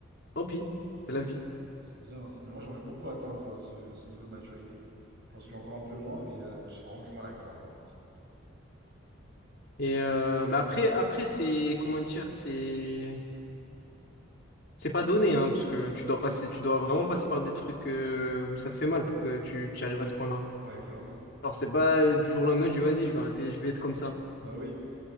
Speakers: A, on the left; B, on the right.
A: tant pis. C'est la vie.
B: c'est bien, c'est bien. Moi, j'aimerais beaucoup atteindre ce, ce niveau de maturité. J'en suis encore un peu loin, mais euh, j'ai vraiment du mal avec ça, moi, encore.
A: Et
B: Avec ça,
A: euh,
B: c'est-
A: mais après, après c'est, comment dire, c'est. C'est pas donné, hein, parce que tu dois passer, tu dois vraiment passer par des trucs euh, où ça te fait mal pour que tu, tu arrives à ce point-là.
B: Ouais, clairement.
A: Alors c'est pas euh, du jour au lendemain, je dis vas-y, je vais arrêter, je vais être comme ça,
B: Bah oui,